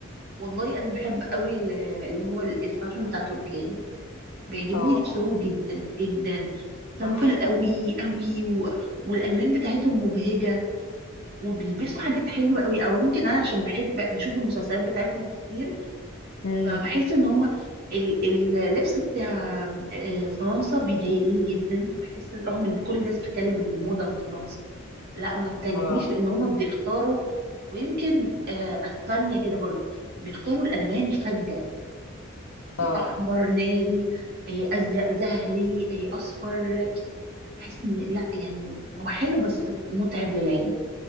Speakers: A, on the right; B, on the left.
A: والله انا بحب قوي ال- اللي هو ال- الفاشن بتاع تركيا بيعجبني
B: اه
A: لبسهم جدا جدا سامبل
B: صح
A: قوي قوي و... والالوان بتاعتهم مبهجة وبيلبسوا حاجات حلوة قوي او يمكن انا عشان بحب بشوف المسلسلات بتاعتهم كتير
B: امم
A: فبحس ان هما ال- اللبس بتاع آه، فرنسا بيضايقني جدا بحس إن- رغم ان كل الناس بتتكلم ان الموضة من فرنسا لا ما بتعجبنيش
B: اه
A: لان هما بيختاروا ويمكن آه، اسبانيا كده برضه بيختاروا الالوان فجة يعني
B: اه
A: احمر ناري آه، ازرق زهري آه، اصفر بحس ان لا يعني هو حلو بس متعب للعين